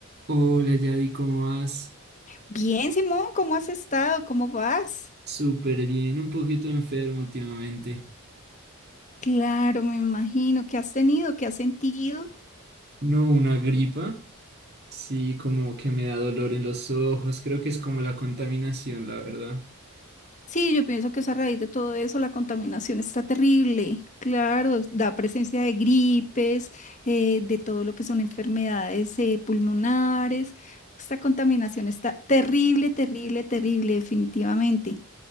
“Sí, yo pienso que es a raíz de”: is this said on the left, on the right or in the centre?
Left